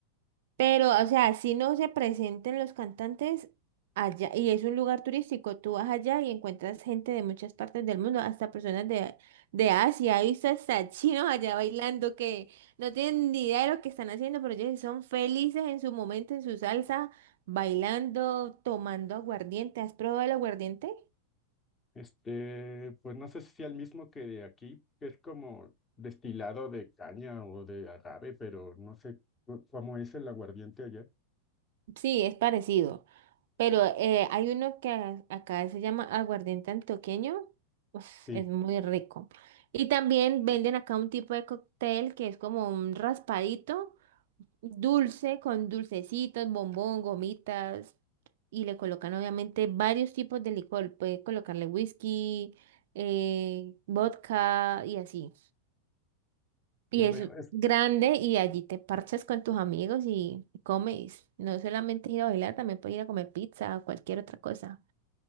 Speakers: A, on the right; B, on the left.
A: Pero, o sea, si no se presenten los cantantes allá, y es un lugar turístico, tú vas allá y encuentras gente de muchas partes del mundo, hasta personas de, de Asia, he visto hasta <laughs> chinos allá bailando que no tienen ni idea de lo que están haciendo, pero ellos son felices en su momento, en su salsa, bailando, tomando aguardiente. ¿Has probado el aguardiente?
B: este, pues no sé si sea el mismo que de aquí, que es como destilado de caña o de agave, pero no sé cu- cómo es el aguardiente allá.
A: Sí, es parecido. Pero eh, hay uno que a- acá se llama aguardiente antioqueño. Uf,
B: Sí,
A: es muy rico. Y también venden acá un tipo de cóctel que es como un raspadito dulce con dulcecitos, bombón, gomitas. Y le colocan obviamente varios tipos de licor. Puede colocarle whisky, eh, vodka y así. Y
B: ya
A: es
B: veo.
A: grande y allí te parchas con tus amigos y comes. No solamente ir a bailar, también puedes ir a comer pizza o cualquier otra cosa.